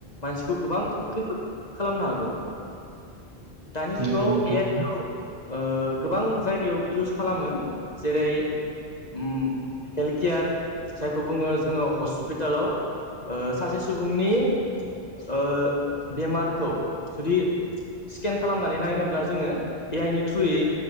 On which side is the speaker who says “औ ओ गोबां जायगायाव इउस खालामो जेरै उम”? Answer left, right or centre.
Left